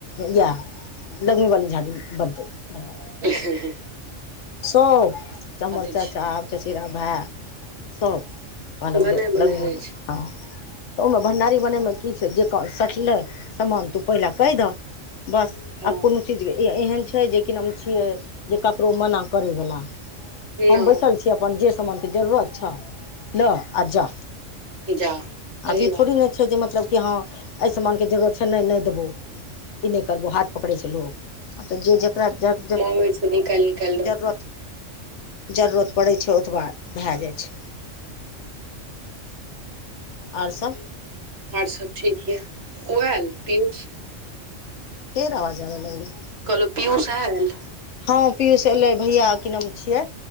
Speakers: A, on the left; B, on the right.
A: इहे लगमी वाली झाजी बनतै भंडारी।
B: हं हं
A: सब चमर
B: छै
A: चाचा चचेरा भाय सब। कहलक
B: भने
A: जे
B: बनायल
A: लग मे
B: रहै
A: बनु
B: छै
A: हँ तऽ ओहिमे भण्डारी बनेयमे की छै जे कह सठलै सामान तू पहिले कहि दहक बस
B: हँ
A: आब कोनो चीज एहन छै जे कि नाम छियै जे ककरो मना करयवला।
B: नहि
A: हम बैसल छीय अपन जे सामानके जरूरत छह लऽ आ जा।
B: जा सही
A: अभी ई
B: बात
A: थोड़ी ने छै जे मतलब कि हँ एहि समानके जरूरत छै नहि नहि देबहो ई नहि करबौ हाथ पकड़ै छै लोग। हँ तऽ जे जकरा जर ज
B: बैस क निकायल निकायल
A: जरूरत जरूरत पड़ै छै ओतबा भए जाइ छै। और सब?
B: और सब ठीक य ओ आयल पीयुष?
A: फेर अवाज आबै लगलै।
B: कहलौ पीयुष आएल।
A: हां पीयूष एलै भैया की नाम छियै